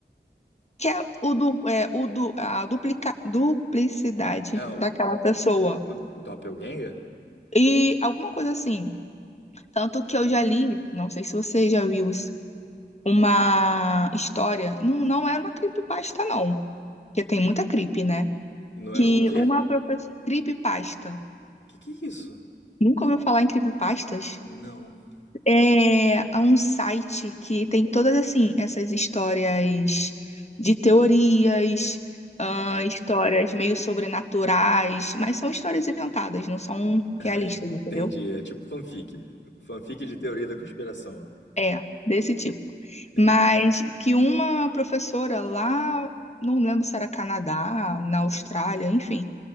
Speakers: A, on the left (about 35°); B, on the left (about 75°).
A: Que é o do, é, o do, a duplica, duplicidade
B: Ah, o,
A: daquela pessoa.
B: o Doppelganger?
A: E alguma coisa assim. Tanto que eu
B: Hum.
A: já li, não sei se você já viu isso, uma história. Não, não era uma creepypasta, não. Porque tem muita creep, né?
B: Não era
A: Que
B: um quê?
A: uma professora. Creepypasta.
B: Que que é isso?
A: Nunca ouviu falar em creepypastas?
B: Não. <laughs>
A: É, é um site que tem todas assim essas histórias de teorias, ahn, histórias meio sobrenaturais, mas são histórias inventadas, não são
B: Ah,
A: realistas, entendeu?
B: entendi, é tipo fanfic. Fanfic de teoria da conspiração.
A: É, é, desse tipo.
B: Entendi.
A: Mas que uma professora lá, não lembro se era Canadá, na Austrália, enfim,